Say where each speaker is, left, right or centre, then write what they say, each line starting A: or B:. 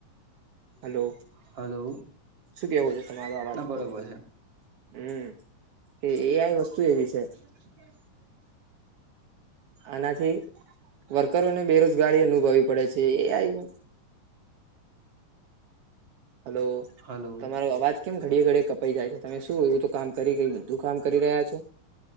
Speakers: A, on the right; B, on the right.
A: <inaudible>
B: હલો
A: હલો
B: શું કેવું છે તમારું આ વાત
A: ના
B: ઉપર
A: બરાબર છે.
B: હમ કે એઆઈ વસ્તુ એવી છે.
A: <inaudible>
B: આનાથી વર્કરોને બેરોજગારી અનુભવી પડે છે. એઆઈ હલો
A: હલો
B: તમારો અવાજ કેમ ઘડીએ ઘડીએ કપાઈ જાય છે તમે શું એવું તો કામ કરી કઈ બીધું કામ કરી રહ્યા છો?